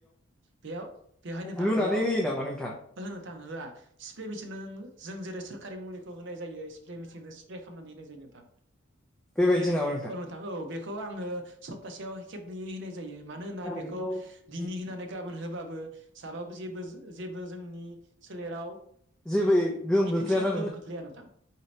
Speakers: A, on the right; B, in the centre.
A: बेयाव बेवहाय नोंथां
B: लुनानै
A: बेयाव
B: होयो नामा नोंथां?
A: ओहो नोंथां होआ स्प्रे मेचनजों जों जेरै सोरखारि मुलिखौ होनाय जायो स्प्रे मेचनजों स्प्रे खालामनानै होनाय जायो नोंथां।
B: बेबायदि
A: बे
B: नामा
A: औ नोंथां औ बेखौ आङो सप्तासेयाव खेबनैै होनाय जायो मानो होनबाहाय बे
B: <unintelligible>
A: दिनि होननानै गाबोन होबाबो जाबाबो जेबो जेबो जोंनि सोलेराव
B: जेबो गोहोम
A: इफेकसन
B: गोख्लैयाना
A: गोहोम खोख्लैया नोंथां।